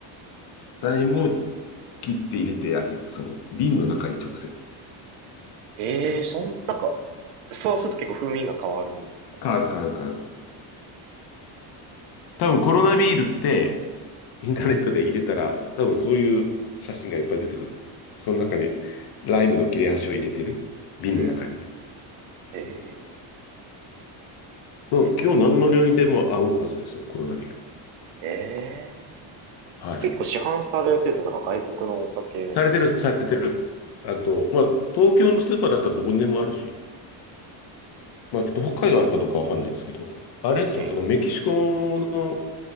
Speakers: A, on the left (about 55°); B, on the right (about 80°).
A: ライムを
B: あ、
A: 切って入れてあげる。その瓶の中に直接。
B: ええそん、なんか、そうすると結構風味が変わるんですか
A: 変わる変わる変わる。多分コロナビールって、
B: こ
A: インターネットで入れたら、多分そういう写真がいっぱい出てくる。その中に、
B: うええ
A: ライムの切れ端を入れてる瓶の中に。
B: うんうん。え
A: うん。
B: え
A: もう今日何の料理でも合うはずですよ、
B: なんか、
A: コロナビール。
B: ええ
A: はい。
B: 結構市販されてるんですよ。なんか外国のお酒なイメージ。
A: されてる、されてる。あと、まあ、東京のスーパーだったらどこにでもあるし、まあ、ちょっと北海道あるかどうかわかんないですけど、あれですよ、
B: ええ
A: あの、メキシコの